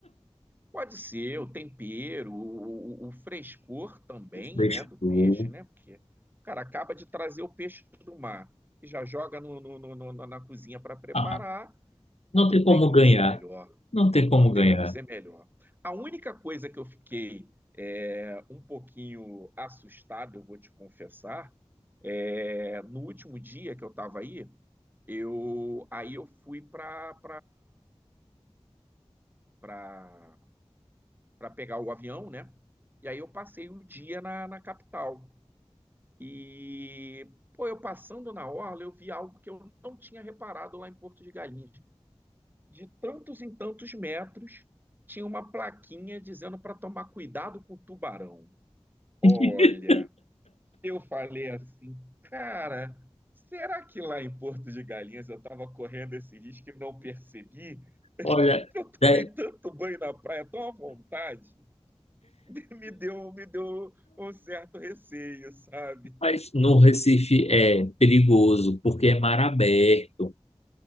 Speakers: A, on the right; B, on the left.
A: Pode ser o tempero, o, o- o frescor também,
B: Deixa
A: né, do peixe,
B: eu...
A: né? Porque, o cara, acaba de trazer o peixe do mar e já joga no, no- no- no- na cozinha para preparar.
B: Ah,
A: Pô,
B: Não
A: não
B: tem
A: tem
B: como
A: como
B: ganhar.
A: ser melhor.
B: Não tem como
A: Não tem
B: ganhar.
A: como ser melhor. A única coisa que eu fiquei é, um pouquinho assustado, eu vou te confessar, é, no último dia que eu estava aí, eu aí eu fui para para para pegar o avião, né? E aí eu passei o dia na, na capital. E, pô, eu passando na orla, eu vi algo que eu não tinha reparado lá em Porto de Galinhas. De tantos em tantos metros, tinha uma plaquinha dizendo para tomar cuidado com o tubarão. Olha,
B: <laughs>
A: eu falei assim, cara, será que lá em Porto de Galinhas eu estava correndo esse risco e não percebi?
B: Olha,
A: Eu tomei
B: né?
A: tanto banho na praia, tão à vontade. <laughs> me deu, me deu um certo receio, sabe?
B: Mas no Recife é perigoso, porque é mar aberto.